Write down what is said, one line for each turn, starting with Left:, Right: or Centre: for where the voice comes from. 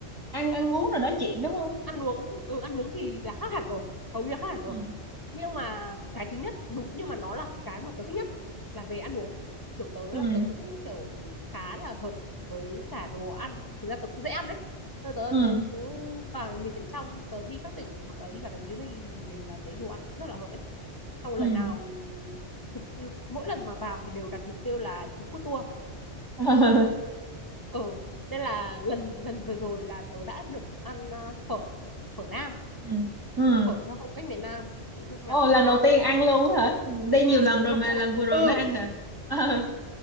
Right: ăn ăn uống rồi nói chuyện đúng không?
Left: ăn uống ừ ăn uống thì là khác hẳn rồi hầu như là khác hẳn rồi
Right: ừ
Left: nhưng mà cái thứ nhất đúng nhưng mà nó là cái mà tớ thích nhất là về ăn uống kiểu tớ
Right: ừ
Left: là tớ cũng kiểu khá là hợp với cả đồ ăn thực ra tớ cũng dễ ăn đấy tớ tớ
Right: ừ
Left: tớ cứ vào miền trong tớ đi các tỉnh hoặc là đi cả thành phố Hồ Chí Minh đều là thấy đồ ăn cũng rất là hợp ấy xong lần
Right: ừ
Left: nào thực mỗi lần mà vào thì đều đặt mục tiêu là food tour
Right: ừ <laughs>
Left: ừ nên là lần lần vừa rồi là tớ đã được ăn à, phở phở Nam
Right: ừ ừ.
Left: phở theo phong cách miền Nam nói chung
Right: ồ
Left: là cũng
Right: lần
Left: ngon
Right: đầu tiên ăn
Left: cũng...
Right: luôn hả đi
Left: ừ
Right: nhiều lần rồi
Left: mặc
Right: mà
Left: dù
Right: lần vừa rồi
Left: ừ
Right: mới ăn hả <laughs> ờ